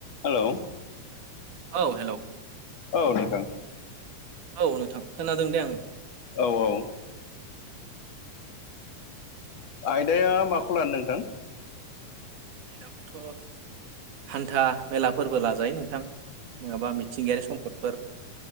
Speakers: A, on the left; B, on the right.
A: हेलौ
B: औ हेलौ
A: औ नोंथां
B: औ नोंथां खोनादों दे आङो
A: औ औ आयदाया माखौ लानो नोंथां
B: आयदाखौथ' हान्था मेलाफोरबो लाजायो नोंथां नङाबा मिथिंगायारि सम्पदफोर